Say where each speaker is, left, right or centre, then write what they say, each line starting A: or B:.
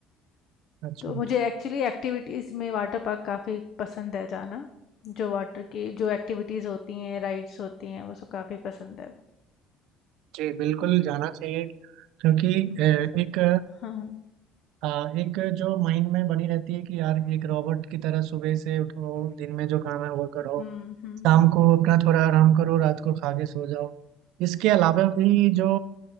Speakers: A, on the right; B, on the left.
A: अच्छा
B: तो
A: अच्छा
B: मुझे एक्चुअली एक्टिविटीज़ में वाटर पार्क काफ़ी पसंद है जाना जो वाटर की जो एक्टिविटीज़ होती हैं राइड्स होती हैं वो सब काफ़ी पसंद है
A: जी बिल्कुल जाना चाहिए क्योंकि अ, एक
B: हाँ
A: अ, एक जो माइंड में बनी रहती है कि यार एक रॉबोट की तरह सुबह से उठो दिन में जो काम है वो करो
B: हम्म हम्म
A: शाम को अपना थोड़ा आराम करो रात को खा के सो जाओ इसके अलावा भी जो